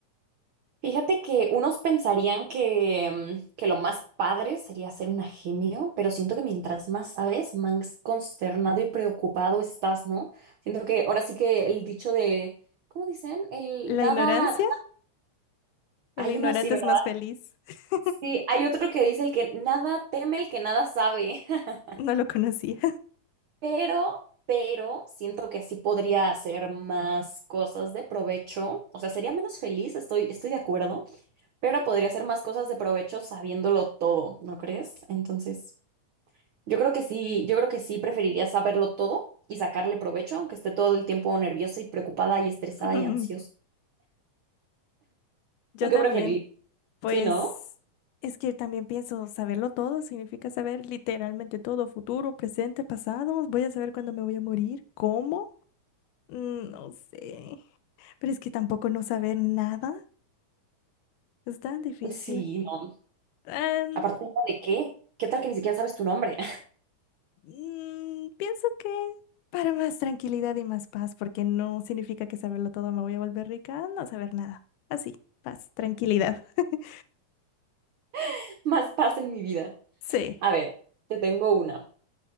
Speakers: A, on the right; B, on the left.
A: Fíjate que unos pensarían que, mm, que lo más padre sería ser un genio, pero siento que mientras más sabes, más consternado y preocupado estás, ¿no? Siento que ahora sí que el dicho de, ¿cómo dicen? El
B: ¿La
A: nada,
B: ignorancia? El
A: hay
B: ignorante
A: uno así, ¿verdad?
B: es más feliz. <laughs>
A: Sí, hay otro que dice el que nada teme el que nada sabe. <laughs>
B: No lo conocía.
A: Pero, pero siento que sí podría hacer más cosas de provecho. O sea, sería menos feliz, estoy, estoy de acuerdo, pero podría hacer más cosas de provecho sabiéndolo todo, ¿no crees? Entonces, yo creo que sí, yo creo que sí preferiría saberlo todo y sacarle provecho, aunque esté todo el tiempo nerviosa y preocupada y estresada
B: <laughs>
A: y ansiosa.
B: Yo
A: ¿Tú qué
B: también.
A: preferirías?
B: Pues
A: Sí, ¿no?
B: es que también pienso, saberlo todo significa saber literalmente todo, futuro, presente, pasado. Voy a saber cuándo me voy a morir, cómo. Mm, No sé. Pero es que tampoco no saber nada es tan difícil.
A: Sí, no.
B: Em,
A: Aparte ¿no? ¿de qué? ¿Qué tal que ni siquiera sabes tu nombre?
B: mm, pienso que para más tranquilidad y más paz, porque no significa que saberlo todo me voy a volver rica, no saber nada. Así, paz, tranquilidad. <laughs>
A: <laughs> Más paz en mi vida.
B: Sí.
A: A ver, te tengo una.